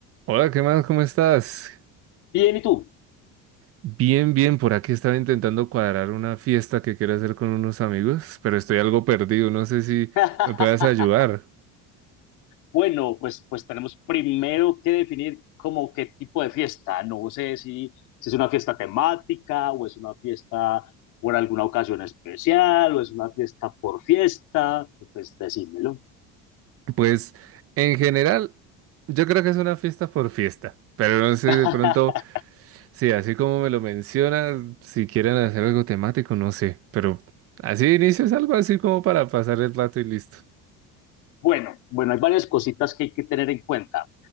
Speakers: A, on the right; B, on the left.
A: Hola, ¿qué más? ¿Cómo estás?
B: Bien, ¿y tú?
A: Bien, bien, por aquí estaba intentando cuadrar una fiesta que quiero hacer con unos amigos, pero estoy algo perdido, no sé si
B: <laughs>
A: me puedas ayudar.
B: Bueno, pues, pues tenemos primero que definir como qué tipo de fiesta. No sé si, si es una fiesta temática o es una fiesta por alguna ocasión especial o es una fiesta por fiesta. Pues decímelo.
A: Pues, en general, yo creo que es una fiesta por fiesta, pero no sé
B: <laughs>
A: de pronto, sí, así como me lo mencionas, si quieren hacer algo temático, no sé, pero así de inicio es algo así como para pasar el rato y listo.
B: Bueno, bueno, hay varias cositas que hay que tener en cuenta.